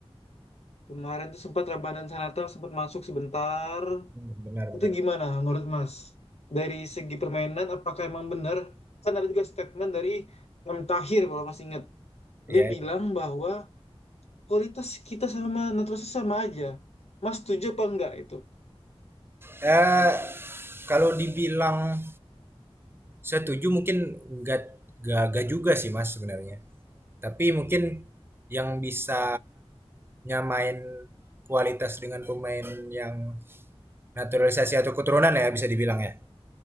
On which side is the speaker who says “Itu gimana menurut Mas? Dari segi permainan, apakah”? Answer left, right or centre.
Left